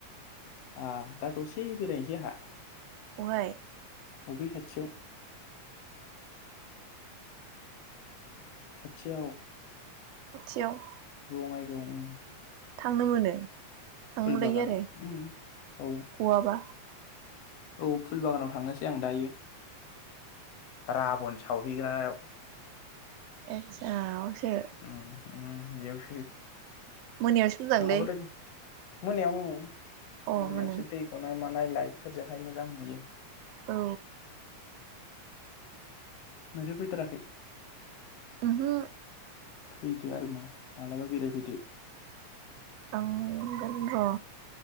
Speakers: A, on the left (about 65°); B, on the right (about 80°).
A: आ दा दसे बेरायनोसै आहा।
B: अहाय?
A: अबै खाथियाव। खाथियाव।
B: खाथियाव।
A: द मायग <unintelligible>
B: थांनो मोनो थांमोनलायो
A: बागानाव
B: आरो
A: उम औ
B: गवाबा?
A: औ फुल बागानाव थांनोसै आं दायो। राबन साव हैैग्रायाव।
B: <unintelligible> ए
A: उम उम बेयावसो।
B: मोनायावसो मोजांलै।
A: नङाबालाय मोनायाव उम।
B: अ
A: मोनायावसो
B: मोनायाव
A: दै गनाय मा लाइटफोरजोंहाय मोजां नुयो।
B: औ
A: ओजो फैथाराखै।
B: ओहो
A: फैदो आरो मा मालाबा बेरायफैदो।
B: थांगोन र'